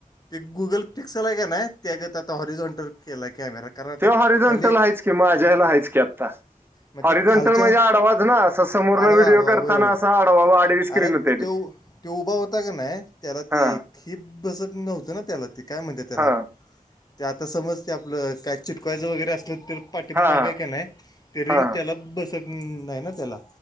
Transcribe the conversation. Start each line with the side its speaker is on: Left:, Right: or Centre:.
Left: ते गुगल पिक्सल आहे का ना त्यज्यात आता हॉरिझंटर केलाय कॅमेरा. कारण आता
Right: त्यो होरिझंटल
Left: खाली आहे
Right: की माज्या ह्यला हायच की आत्ता.
Left: मग
Right: हॉरिझंटल
Left: ते खालच्या
Right: म्हणजे आडवाचं ना अस समोर
Left: आडवा
Right: न व्हिडिओ
Left: आडवा
Right: करताना
Left: वय वय
Right: असा आडवा आडवी स्क्रीन
Left: अरे तो
Right: होते ती
Left: तो उभा होता का नाही त्याला
Right: हा
Left: ती हि बसत नव्हती ना त्याला ती काय म्हणत्यात त्याला
Right: हा
Left: ते आता समज ते आपलं काय चिटकावायचं वगैरे असलं तर. पाठीमागाय
Right: हा हा
Left: का नाही ते रिंग
Right: हा
Left: त्याला बसत नाही ना त्याला